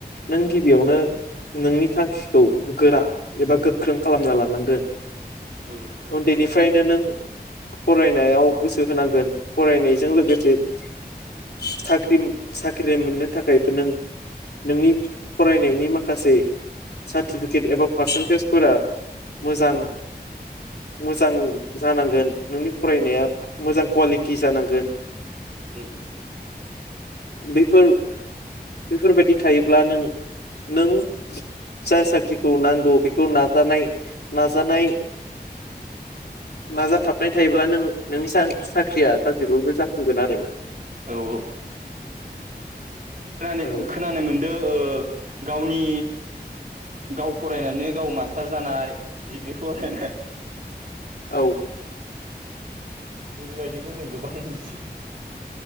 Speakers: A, on the left (about 75°); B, on the right (about 55°).
A: नों गिबियावनो नोंनि थांखिखौ गोरा एबा
B: औ
A: गोख्रों खालामना लानांगोन
B: औ नोंथां औ
A: उन्दैनिफ्रायनो नों फरायनायाव गोसो होनांगोन फरायनायजों लोगोसे
B: औ
A: साख्रि साख्रि मोननो थाखायबो नों नोंनि फरायनायनि माखासे सार्टिफिकेट एबा पारसेन्टेजफोरा मोजां
B: औ
A: मोजां जानांगोन नोंनि फरायनाया
B: औ नोंथां
A: मोजां कुवालिटि जानांगोन।
B: औ।
A: बेफोर बेैफोरबायदि थायोब्ला नों नों। फिसा साख्रिखौ नांगौ बेखौ नाजानाय नाजानाय। नाजाथाबनाय थायोब्ला नों नों साख्रिया सााजेबो जाफुंगोन आरो ना
B: औ औ। खोन
A: औ
B: खोनानाय मोनदो। गावनि गाव फरायनानै गाव मास्टार जानाय डिग्रि <unintelligible>
A: औ
B: बेफोरबायदिखौ जों गोबां नुसै